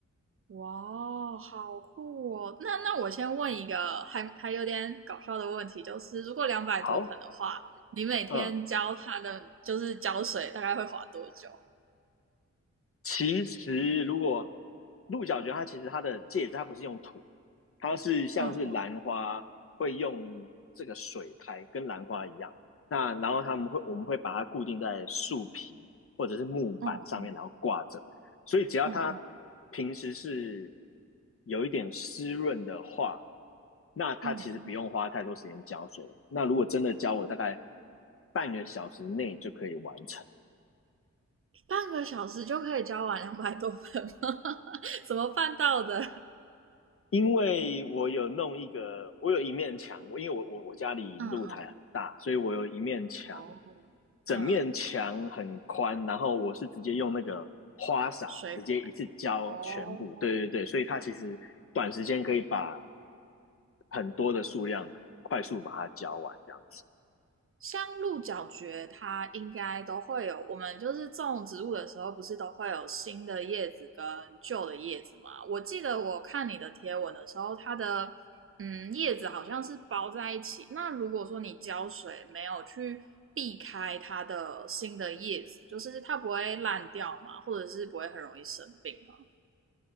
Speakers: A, on the right; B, on the left.
A: 哇，好酷哦！那那我先问一个还还有点搞笑的问题，就是如果两百多盆的话，
B: 好，
A: 你每天浇它的就是浇水，
B: 嗯，
A: 大概会花多久？
B: 其实如果鹿角蕨，它其实它的介质它不是用土，它是像是兰花会用这个水苔跟兰花一样，
A: 嗯
B: 那然后他们会我们会把它固定在树皮或者是木板上面，
A: 嗯
B: 然后挂着，所以只要它
A: 嗯
B: 平时是有一点湿润的话，那它其实不用花太多时间浇水。
A: 嗯嗯，
B: 那如果真的浇，我大概半个小时内就可以完成。
A: 半个小时就可以浇完两百多盆吗？<laughs> 怎么办到的？
B: 因为我有弄一个，我有一面墙，因为我我我家里露台很大，
A: 嗯嗯
B: 所以我有一面墙，
A: 哦
B: 整面墙很宽，
A: 嗯，
B: 然后我是直接用那个花洒直接一次浇全部，
A: 水管哦，
B: 对对对，所以它其实短时间可以把很多的数量快速把它浇完，这样子。
A: 像鹿角蕨，它应该都会有。我们就是种植物的时候，不是都会有新的叶子跟旧的叶子吗？我记得我看你的贴文的时候，它的嗯叶子好像是包在一起。那如果说你浇水没有去避开它的新的叶子，就是它不会烂掉嘛，或者是不会很容易生病嘛？